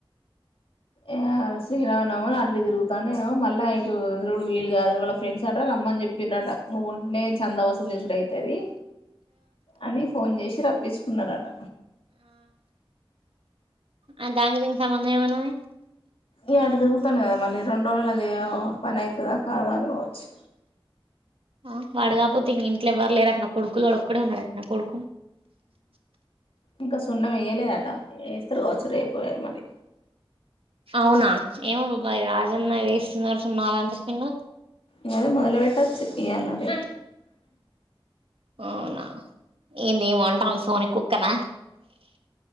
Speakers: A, on the left; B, on the right.
A: అ శ్రీరామానవమి అట్లే తిరుగుతానుేో మళ్ళా ఇటురుడు వీలు కాదు వాళ్ళ ఫ్రెండ్స్ అట రమ్మని చెప్పి్రట నువ్వు ఉంటేనే చంద వసూల్ చూసిడు అయితది అని ఫోన్ చేస్ రప్పసుకున్నాారట
B: ఆ దానికి దీనికి సంబధం ఏమన్నాది
A: ఇ ఆట తిరుగుతాను కదా మళ్ళీ రెడు రోజులు అది పని అవుతుందా కాదు అనుకోవచ్చు
B: ఆ వాడ కాపోతే ఇంక ఇంట్లో ఎవ్వరు లేరు అట్న కొడుకులు వాడు ఒక్కడే ఉన్నాడు అట్న కొడుకు
A: ఇంకా స్కూ సున్నం వేయలేదట ఎ ఎత్ర కోచ్చ రేపు యారు మరి
B: అవునా ఏమో బాబ్బాయి రాజన్న వేస్తున్నారు న్నాాల చెప్పిండు
A: ఇది మదలవెట్టచ్చ ఈ అన్నది
B: అవునా ఏంది ఏమి అంటాం సోని కుక్కనా